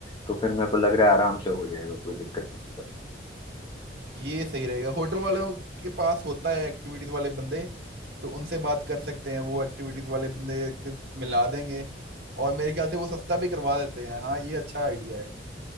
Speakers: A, on the left; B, on the right.
A: तो फिर मेरे को लग रहा है आराम से हो जाएगा कोई दिक्कत नहीं
B: ये सही रहेगा होटल वालों के पास होता है एक्टिविटीज वाले बंदे तो उनसे बात कर सकते हैं वो एक्टिविटीज वाले बंदे को मिला देंगे और मेरे ख्याल से वो सस्ता भी करवा देते हैं हाँ ये अच्छा आइडिया है